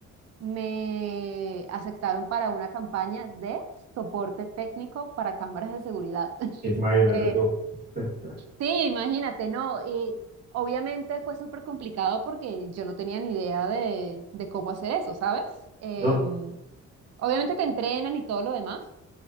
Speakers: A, on the right; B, on the right.
A: me aceptaron para una campaña de soporte técnico para cámaras de seguridad. <laughs>
B: Imagínate
A: Eh,
B: tú. <laughs>
A: Sí, imagínate, ¿no? Y obviamente fue súper complicado porque yo no tenía ni idea de, de cómo hacer eso, ¿sabes? Em,
B: ¿No?
A: obviamente te entrenan y todo lo demás,